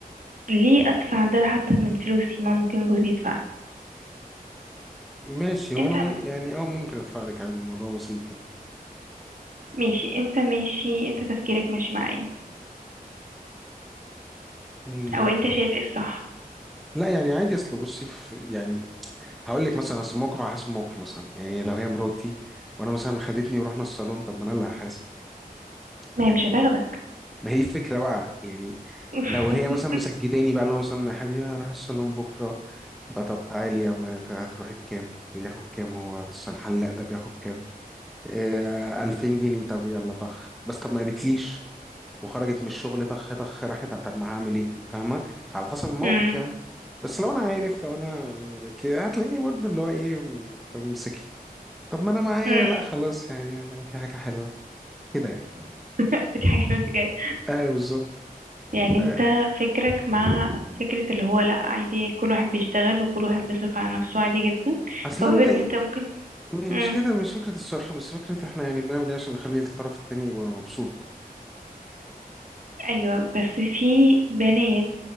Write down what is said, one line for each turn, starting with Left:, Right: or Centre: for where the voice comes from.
Right: ليه أدفع ده حتى من فلوسي ما ممكن جوزي يدفع
Centre: ماشي هو
Right: انت
Centre: انا مم- يعني اه ممكن ادفع لك عادي الموضوع بسيط يعني
Right: ماشي انت ماشي انت تفكيرك ماشي مع ايه
Centre: مم،
Right: او انت شايف ايه الصح
Centre: لا يعني عادي اصل بصي في يعني هقول لك مثلا اصل الموقف على حسب الموقف مثلا يعني لو هي مراتي وانا مثلا خدتني ورحنا الصالون طب ما انا اللي هحاسب
Right: ما
Centre: يعني
Right: هي مش هتاخدك
Centre: ما هي الفكرة بقى يعني
Right: <laughs>
Centre: لو هي مثلا مسجداني بقى لو مثلا يا حبيبي انا هروح الصالون بكرة فطب تعالي يا عم أنت هتروحي بكام بياخد كام هو بس الحلاق ده بياخد كام آه 2000 جنيه طب يلا طخ بس طب ما قالتليش وخرجت من الشغل طخ طخ راحت طب ما هعمل ايه فاهمة فعلى حسب الموقف
Right: امم
Centre: يعني بس لو انا عارف لو انا كده هتلاقيني برضه اللي هو ايه م- طب امسكي طب ما انا معايا
Right: امم
Centre: لا خلاص يعني هاتي حاجة حلوة كده يعني
Right: اضحك على وانت <laughs> جاي
Centre: ايوه بالظبط
Right: يعني
Centre: ف-
Right: انت فكرك مع فكرة اللي هو لا عادي كل واحد بيشتغل وكل واحد بيصرف على نفسه عادي جدا
Centre: اصلا
Right: however
Centre: يعني
Right: ان انت ممكن
Centre: م-
Right: امم
Centre: مش كده مش فكرة الصرف بس فكرة احنا يعني بنعمل ايه عشان نخلي الطرف التاني يبقى مبسوط
Right: ايوه بس في بنات